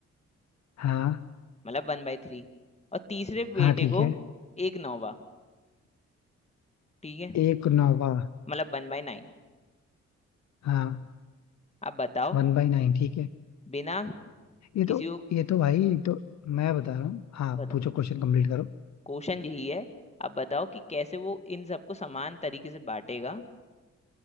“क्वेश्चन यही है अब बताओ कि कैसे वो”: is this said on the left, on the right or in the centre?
Left